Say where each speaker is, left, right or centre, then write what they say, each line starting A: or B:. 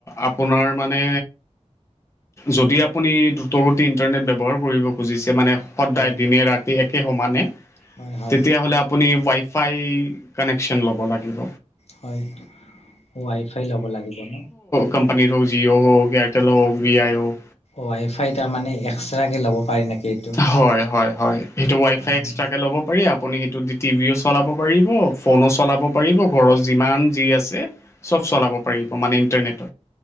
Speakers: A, on the left; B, on the left.
A: আপোনাৰ মানে যদি আপুনি দ্ৰুত গতিত ইন্টাৰনেট ব্যৱহাৰ কৰিব খুজিছে মানে সদদায়
B: হয়
A: দিনে ৰাতি একে সমানে,
B: হয় হয়
A: তেতিয়া হ'লে আপুনি ৱাই ফাই কানেক কচন ল'ব লাগিব।
B: হয়, ৱাই ফাই ল'ব লাগিব ন।
A: কম্পানীৰ হ'ক, জিঅ' হক, এয়াৰটেল হক, বি আই' হক,
B: ৱাই ফাই তাৰ মানে এক্সচাৰাকে ল'ব পাৰি নেকি? এইটো
A: হয়-হয়-হয়, সেইটো ৱাই
B: হয়
A: ফাই এষ্ট্ৰাকে
B: হয়
A: ল'ব পাৰি আৰ আপুনি সেইটো টিভিও চলাব পাৰিব ফোনো চলাব পাৰিব ঘৰৰ যিমান যি আছে, চব চলাব পাৰিব মানে ইণ্টাৰনেটত।